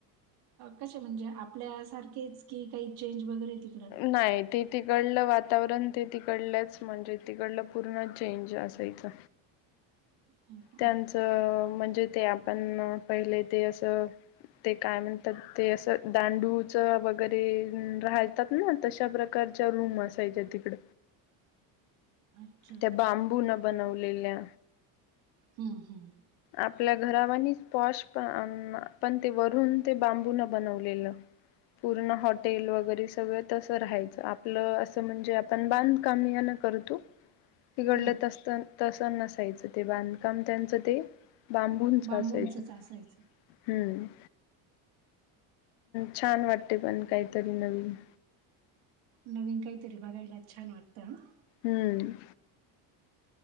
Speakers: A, on the right; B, on the left.
A: कसे म्हणजे आपल्यासारखेच की, काही चेंज वगैरे तिकडं?
B: नाही ते तिकडलं वातावरण, ते तिकडलंच म्हणजे तिकडलं पूर्ण चेंज असायचं.
A: हा.
B: त्यांचं म्हणजे ते आपण पहिले ते असं ते काय म्हणतात ते असं, दांडूच वगैरे राहतात ना, तशा प्रकार करच्या रूम असायच्या तिकड.
A: अच्छा
B: त्या बांबून बनवलेल्या.
A: हम्म हम्म
B: आपल्या घरावानीच पॉश अन पण ते वरून ते बांबूनून बनवलेलं. पूर्ण हॉटेल वगैरे सगळं तस राहायचं, आपलं असं म्हणजे आपण बांधकाम या न कर तू तिकडं
A: हम्म.
B: तस तस नसायचं ते, बांधकाम त्यांच ते बांबूंच
A: बांबूंचच
B: असायचं.
A: असायचं.
B: हम्म, छान वाटते पण काहीतरी नवीन.
A: नवीन काहीतरी बघायला, छान वाटतं अ
B: हम्म